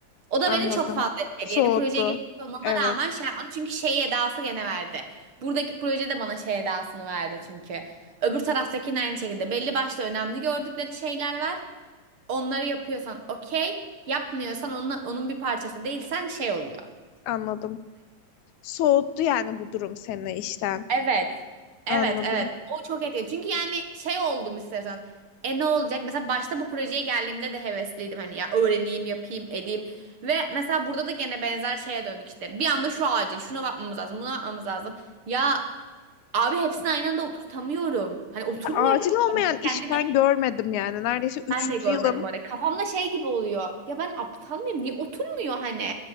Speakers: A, on the right (about 50°); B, on the left (about 80°).
A: O da
B: Anladım.
A: beni çok fazla etkiledi.
B: Soğuttu.
A: Yeni projeye geçmiş olmama
B: Evet,
A: rağmen şey yapmadım. Çünkü şey edası gene verdi. Buradaki proje de bana şey edasını verdi çünkü. Öbür taraftakinin aynı şekilde. Belli başlı önemli gördükleri şeyler var. Onları yapıyorsan okey. Yapmıyorsan onun, onun bir parçası değilsen şey oluyor.
B: anladım. Soğuttu yani bu durum seni işten.
A: Evet. Evet,
B: Anladım.
A: evet. O çok etkili. Çünkü yani şey oldum istersen. E ne olacak? Mesela başta bu projeye geldiğimde de hevesliydim hani ya öğreneyim, yapayım, edeyim. Ve mesela burada da gene benzer şeye döndük işte. Bir anda şu acil, şuna bakmamız lazım, buna bakmamız lazım. Ya abi hepsini aynı anda oturtamıyorum. Hani oturmuyor
B: Acil
A: kafamda.
B: olmayan iş
A: Kendimi
B: ben görmedim yani. Neredeyse üçüncü
A: ben de görmedim
B: yılım
A: oraya. Kafamda şey gibi oluyor. Ya ben aptal mıyım? Niye oturmuyor hani?